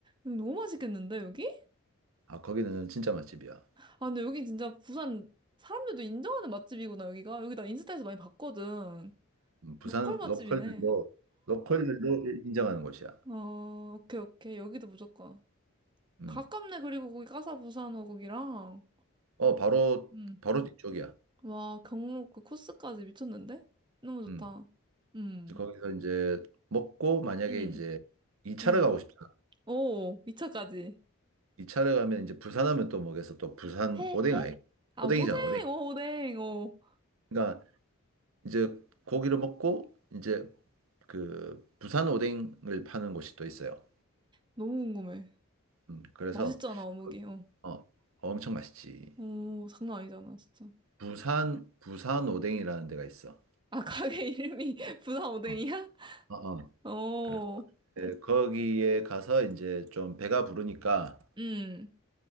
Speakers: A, on the right; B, on the right.
A: 이거 너무 맛있겠는데, 여기?
B: 아, 거기는 진짜 맛집이야.
A: 아, 근데 여기 진짜 부산 사람들도 인정하는 맛집이구나, 여기가. 여기 나 인스타에서 많이 봤거든.
B: 음, 부산
A: 로컬 맛집이네.
B: 로컬들도 로컬들도 인정하는 곳이야.
A: 어, 오케이, 오케이. 여기도 무조건.
B: 음,
A: 가깝네, 그리고 거기 까사부산호 거기랑.
B: 어, 바로
A: 응.
B: 바로 뒤쪽이야.
A: 와, 경로 그 코스까지 미쳤는데? 너무 좋다.
B: 음,
A: 응,
B: 그래서 거기서 이제 먹고 만약에
A: 응,
B: 이제 2차를
A: 응.
B: 가고 싶잖아.
A: 오, 2차까지.
B: 2차를 가면 이제 부산하면 또 먹여서 또 부산
A: 회,
B: 오뎅
A: 회?
B: 아이
A: 아,
B: 오뎅이잖아,
A: 오뎅,
B: 오뎅.
A: 어, 오뎅, 어.
B: 그러니까 이제 고기를 먹고 이제 그 부산 오뎅을 파는 곳이 또 있어요.
A: 너무 궁금해.
B: 음, 그래서
A: 맛있잖아, 어묵이,
B: 거기-
A: 어.
B: 어, 엄청 맛있지.
A: 오, 장난 아니잖아, 진짜.
B: 부산 부산 오뎅이라는 데가 있어.
A: 아, 가게 <laughs> 이름이 부산 오뎅이야?
B: 어, 어, 어.
A: 어,
B: 그래. 네, 거기에 가서 이제 좀 배가 부르니까
A: 음,